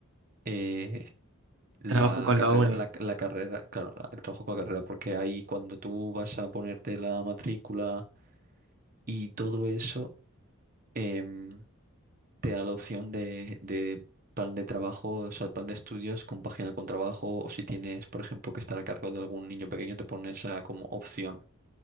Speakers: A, on the right; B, on the right.
A: eh, la
B: Trabajo con
A: carrera,
B: la uni.
A: la, la carrera, claro, la- el trabajo con la carrera, porque ahí cuando tú vas a ponerte la matrícula y todo eso, em, te da la opción de, de plan de trabajo, o sea, plan de estudios compagina con trabajo, o si tienes, por ejemplo, que estar a cargo de algún niño pequeño, te pones esa como opción.